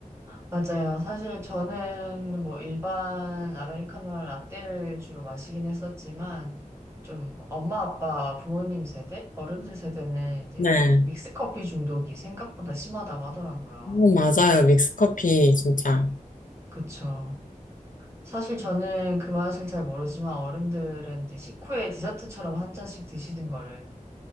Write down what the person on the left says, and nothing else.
네.
어, 맞아요. 믹스커피 진짜.